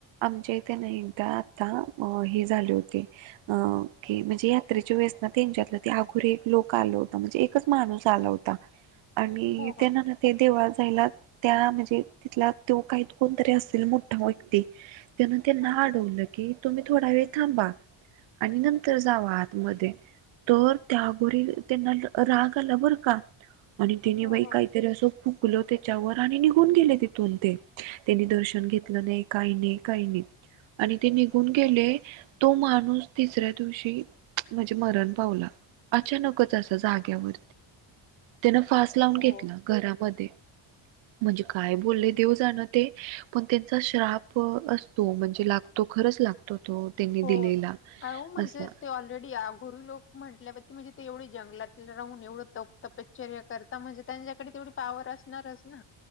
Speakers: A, on the right; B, on the left.
A: आमच्या इथे नाही एकदा आता अ हे झाले होते. अ की म्हणजे यात्रेच्या वेळेस ना त्यांच्यातलं ते अघोरीे एक लोक आल होता म्हणजे एकच माणूस आला होता. आणि
B: हो हो.
A: त्यांना ना ते देवळात जायला त्या म्हणजे तिथला तो काही कोणतरी असेल मोठा व्यक्ती त्यान ते ना
B: हा हा
A: अडवलं कि तुम्ही थोडा वेळ थांबा आणि नंतर जावा आतमध्ये तर त्या अ घोरी त्यांना राग आला बरं का. आणि तिने
B: हो
A: बाई
B: हो
A: काहीतरी असं फुकल त्याच्यावर आणि निघून गेले तिथ तितुन त्यांनी दर्शन घेतलं नाही काही नाही काही नाही. आणि ते निघून गेले. तो माणूस तिसऱ्या दिवशी म्हणजे मरण पावला. अचानकच असं जाग्यावर. त्यान फास लावून
B: हो
A: घेतला
B: हो.
A: घरामध्ये म्हणजे काय बोलले देव जाणं ते पण त्यांचा श्राप असतो म्हणजे लागतो खरच लागतो तो त्यांनी दिलेला
B: हो हो म्हणजे
A: असला.
B: ते ऑलरेडी गुरु लोक म्हटल्यावरती म्हणजे ते एवढी जंगलातला राहून एवढं तप तपश्चर्य करता म्हणजे त्यांच्याकडे तेवढ पावर असणारच ना